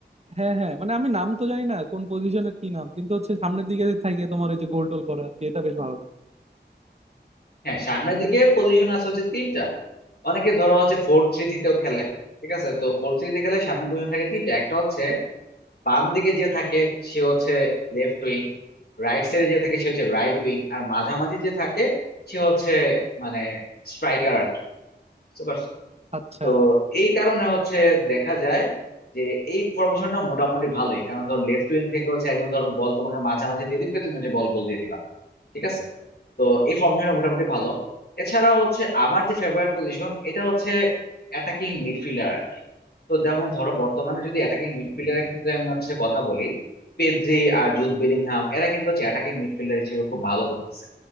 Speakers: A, on the right (about 35°); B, on the left (about 60°).
A: হ্যাঁ হ্যাঁ মানে আমি নাম তো জানি না কোন পজিশনের কি নাম কিন্তু হচ্ছে সামনের দিকে থাকে তোমার ওই যে গোল টোল করা আর কি এটা বেশ ভালো লাগে
B: হ্যাঁ সামনের দিকে পজিশন আছে হচ্ছে তিনটা অনেকে ধরো হচ্ছে ফোর থ্রি থ্রিতেও খেলে ঠিক আছে তো ফোর থ্রি খেলে সামনে পজিশন থাকে তিনটা একটা হচ্ছে বাম দিকে যে থাকে সে হচ্ছে লেফট উইং রাইট সাইডে যে থাকে সে হচ্ছে রাইট উইং আর মাঝামাঝি যে থাকে সে হচ্ছে মানে স্ট্রাইকার আর কি বুঝতে পারছো?
A: আচ্ছা
B: তো এই কারণে হচ্ছে দেখা যায় যে এই ফরমেশনটা মোটামুটি ভালোই কারণ ধর লেফট উইং থেকে হচ্ছে একদম ধর বল তোমাকে মাঝামাঝি দিয়ে দিবে তুমি হচ্ছে বল গোল দিয়ে দিবা ঠিক আছে তো এই ফর্মেশনটা মোটামুটি ভালো এছাড়া হচ্ছে আমার যে ফেভারিট পজিশন এটা হচ্ছে অ্যাটাকিং মিডফিল্ডার আর কি তো যেমন ধরো বর্তমানে যদি অ্যাটাকিং মিডফিল্ডারের ক্ষেত্রে আমি হচ্ছে কথা বলি পেদ্রি আর জুড বেলিংহাম এরা কিন্তু হচ্ছে অ্যাটাকিং মিডফিল্ডার হিসেবে খুব ভালো করতেছে